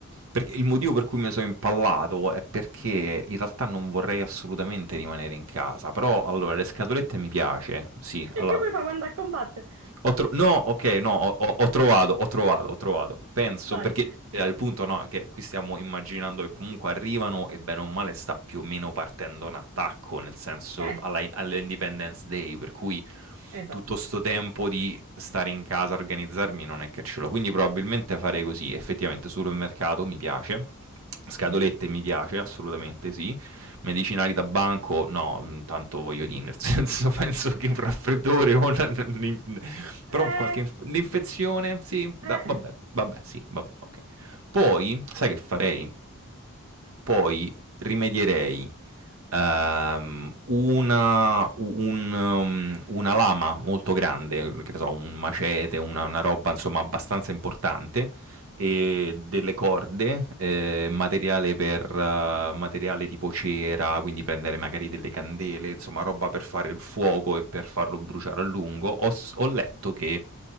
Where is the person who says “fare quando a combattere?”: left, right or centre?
Right